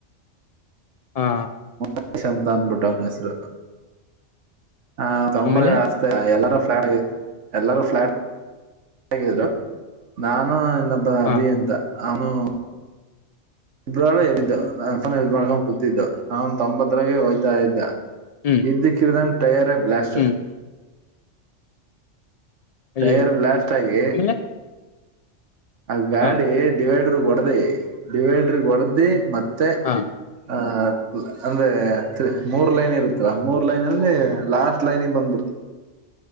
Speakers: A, on the left (about 80°); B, on the right (about 85°).
A: ಹಾ
B: ಹ ಶಂತಾನ ಭುಟಾನಸರ ಹ ತಂಬ
A: ಆಮೇಲೆ
B: ಎಲ್ಲಾರ ಫ್ಾಟ್ ಎಲ್ಲಾರೂ ಫ್ಲಾಟ್ ಗಿದ್ರು ನಾನು ಇನ್ನೊಬ್ಬ
A: ಹಾ
B: ಅಬಿ ಅಂತ ಅವನು ಇಬ್್ರಳ ಎಿದ್ದು ಇ ಮಾಡ್ಕೊಂಡ್ ಕೂತಿದ್ದು ನ ಒಂದ ತೊಂಬತ್ತರಗೆ ಹಯ್ತಾ ಇದ್ದ
A: ಹ್ಮ್
B: ಹಕ್ಕರುದಾನ ಟಯರ ಪ್ಲಾಸ್ರ್
A: ಹ್ಮ್ ಹ್ಮ್ ಅಯ್ಯಯ್ಯೋ
B: ತಯರ್ ಬ್ಲಾಸ್ಟ್ ಆಗಿ
A: ಆಮೇಲೆ
B: ಆ ಗಾಡಿ
A: ಹಾ
B: ಡಿವೈಡರ್ ಹೊಡ್ದಿ ಡಿವೈಡರ್ ಹೊಡ್ದಿ ಮತ್ ತ್ತ
A: ಹಾ
B: ಆ ಅಂದ್ರೆ ತ್ ಮೂರ್ ಲೈನ್ ಇರುತ್ತಾ ಮೂರ್ ಲೈನ್ ಅಲ್ಲಿ ಲಾಸ್ಟ್ ಲೈನ್ಗೆ ಬಂದ್ಬಿಡ್ತ